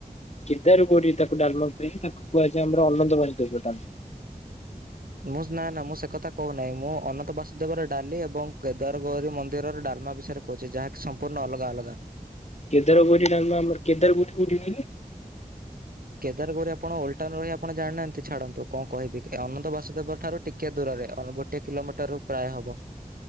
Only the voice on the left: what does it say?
କେଦାରୁ ଗୋଉରି ତାକୁ ଡାମା କୁହେନି ତାକୁ କୁହାଯାଏ ଆମର ଅନନନ୍ଦବା ଦୁବଡା।
କେଦାର ଗୋରୀ ଡ଼ାଲମା ଆମର କେଦାର ଗୋରୀ କଉଠି କହିଲେ।